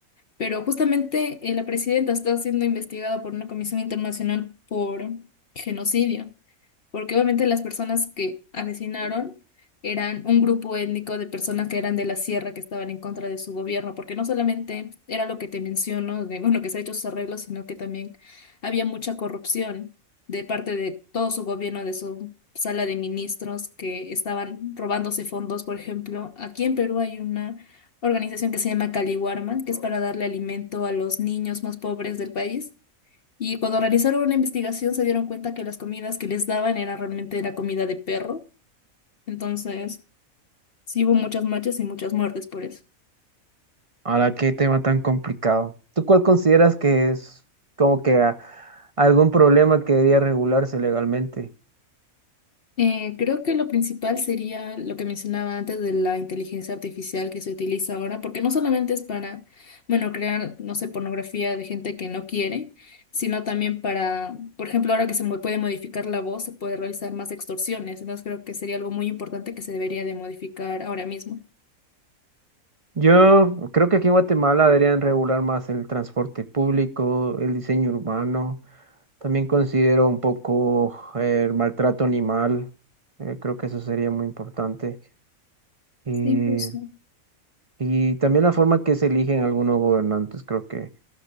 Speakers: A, on the left; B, on the right.
A: pero justamente eh, la presidenta está siendo investigada por una comisión internacional por genocidio. porque obviamente las personas que asesinaron eran un grupo étnico de personas que eran de la sierra que estaban en contra de su gobierno, porque no solamente era lo que te menciono, de, bueno, que se ha hecho sus arreglos, sino que también había mucha corrupción de parte de todo su gobierno, de su sala de ministros que estaban robándose fondos, por ejemplo, aquí en Perú hay una organización que se llama Caliwarma, que es para darle alimento a los niños más pobres del país. Y cuando realizaron una investigación se dieron cuenta que las comidas que les daban era realmente la comida de perro. Entonces, sí hubo muchas marchas y muchas muertes por eso.
B: Ahora, qué tema tan complicado. ¿Tú cuál consideras que es como que a- algún problema que debería regularse legalmente?
A: Eh, creo que lo principal sería lo que mencionaba antes de la inteligencia artificial que se utiliza ahora, porque no solamente es para, bueno, crear, no sé, pornografía de gente que no quiere, sino también para, por ejemplo, ahora que se mo- puede modificar la voz, se puede realizar más extorsiones. Entonces, creo que sería algo muy importante que se debería de modificar ahora mismo.
B: Yo creo que aquí en Guatemala deberían regular más el transporte público, el diseño urbano. También considero un poco eh, el maltrato animal. eh, creo que eso sería muy importante. Y,
A: Sí, justo.
B: y también la forma que se eligen algunos gobernantes, creo que